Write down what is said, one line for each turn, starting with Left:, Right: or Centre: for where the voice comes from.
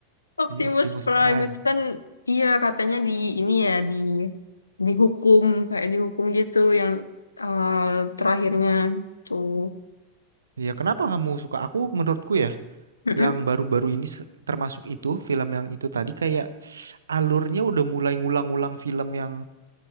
Left: Optimus
Right: Iya, Optimus
Left: Prime
Right: Prime.
Left: itu kan iya katanya di ini ya di dihukum kayak dihukum gitu yang eh, terakhirnya tuh
Right: Iya, kenapa kamu suka? Aku menurutku ya,
Left: Mm-mm.
Right: yang baru-baru ini se- termasuk itu film yang itu tadi kayak alurnya udah mulai ngulang-ngulang film yang